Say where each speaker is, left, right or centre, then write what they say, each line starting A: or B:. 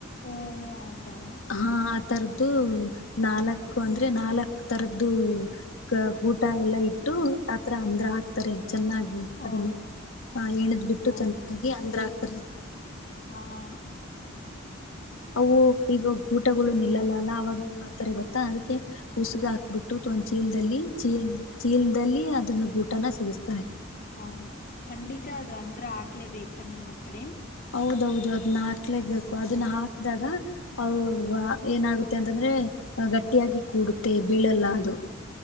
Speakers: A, on the left; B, on the left.
A: ಓ ಹೋ, ಹೌದಾ
B: ಹಾ ಆಥರದ್ದು ನಾಲ್ಕು ಅಂದ್ರೆ ನಾಲ್ಕ್ ತರದ್ದು ಗ ಗೂಟ ಎಲ್ಲಾ ಇಟ್ಟು ಆತರಾ ಹಂದ್ರಾ ಹಾಕ್ತಾರೆ ಚೆನ್ನಾಗಿ
A: ಓ
B: ಅದನ್ನ ಆ ಹೆನಬಿಟ್ಟು
A: ಓ
B: ಚೆನ್ನಾಗಿ ಹಂದ್ರಾ ಹಾಕ್ತಾರೆ
A: ಹಾಆ
B: ಅವು ಈಗ ಗೂಟಗಳು ನಿಲ್ಲಲ್ಲ ಅವಾಗ ಏನ್ ಮಾಡ್ತಾರೆ ಗೊತ್ತಾ ಅದಕ್ಕೆ ಉಸುಕು ಹಾಕ್ಬಿಟ್ಟು ಒಂದ್ ಚೀಲದಲ್ಲಿ ಚೀಲ್ ಚೀಲ್ದಲ್ಲಿ ಅದನ್ನ ಗೂಟನಾ ಸಿಗತ
A: ಹೌದ ಖಂಡಿತಾ ಅದು ಹಂದ್ರಾ ಹಾಕ್ಲೇ ಬೇಕಾ ನಿಮ್ಮ ಕಡೆ
B: ಹೌದು ದೌದು ಅದನ್ನ ಹಾಕ್ಲೇಬೇಕು ಅದನ್ನ ಹಾಕದಾಗ ಅವ್ವಾ ಏನಾಗುತ್ತೆ ಅಂತಂದ್ರೆ ದ್ರೆ ಗಟ್ಟಿಯಾಗಿ ಕೂಡುತ್ತೆ ಬೀಳಲ್ಲ ಅದು